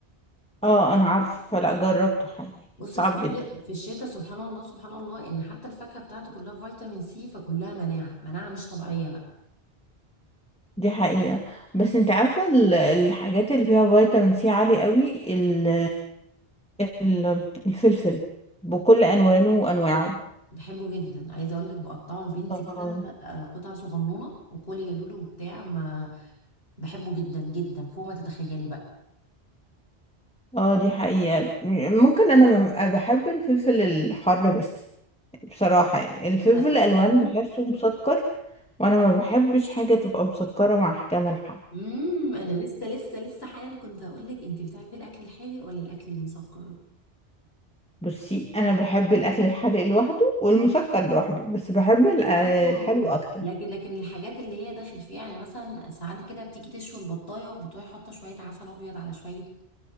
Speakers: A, in the centre; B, on the left.
A: اه انا عارفة لا جربته حقيقي
B: بص
A: صعب
B: في الشتاء
A: جدا
B: في الشتاء سبحان الله سبحان الله ان حتى الفاكهه بتاعته كلها فيتامين سي فكلها مناعه مناعه مش طبيعيه بقى
A: دي حقيقة بس انت عارفة ال- الحاجات اللي فيها فيتامين سي عالي قوي ال ال الفلفل بكل ألوانه وأنواعه
B: بحبه جدا عايزه اقول لك بقطعه لبنتي
A: اه
B: كده آه، قطع صغنونه وكل يا لولو وبتاع ما بحبه جدا جدا فوق ما تتخيلي بقى
A: اه دي حقيقة ممكن أنا ببقى بحب الفلفل الحر بس بصراحة يعني الفلفل
B: أنا-
A: الألوان
B: بصي
A: بحسه مسكر وأنا ما بحبش حاجة تبقى مسكرة مع حاجة مالحة
B: امم انا لسه لسه لسه حالا كنت هقول لك انت بتحبي الاكل الحادق ولا الاكل المسكر
A: بصي أنا بحب الأكل الحادق لوحده والمسكر لوحده بس بحب ال-
B: اه
A: الحلو أكتر
B: لكن لكن الحاجات اللي هي داخل فيها يعني مثلا ساعات كده بتيجي تشوي البطايه وبتروحي حاطه شويه عسل ابيض على شويه